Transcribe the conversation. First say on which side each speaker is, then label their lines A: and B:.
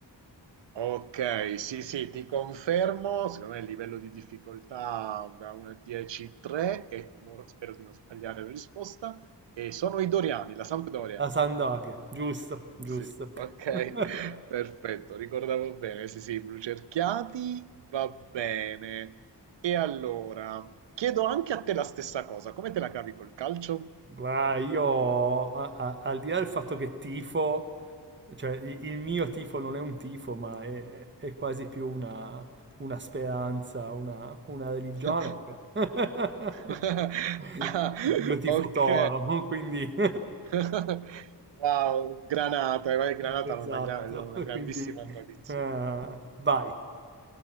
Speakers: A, on the right (about 85°); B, on the right (about 25°).
A: Okay, sì, sì, ti confermo, secondo me il livello di difficoltà da 1 a 10, 3 e mo spero di non sbagliare la risposta, e sono i Doriani, la Sampdoria.
B: La Sampdoria, giusto, giusto.
A: Sì, okay,
B: <laughs>
A: <laughs> perfetto, ricordavo bene, sì, sì, blu cerchiati, va bene. E allora, chiedo anche a te la stessa cosa, come te la cavi col calcio?
B: Ma io, a- a- al di là del fatto che tifo, cioè il, il mio tifo non è un tifo, ma è, è quasi più una, una speranza, una, una religione.
A: <laughs>
B: perché-
A: <laughs>
B: <laughs>
A: Ah,
B: Io tifo
A: ok.
B: Toro, quindi... <laughs>
A: <laughs> Wow, Granata, eh, vai, Granata
B: Esatto,
A: ha una, gra- una grandissima
B: quindi...
A: tradizione.
B: eh, vai,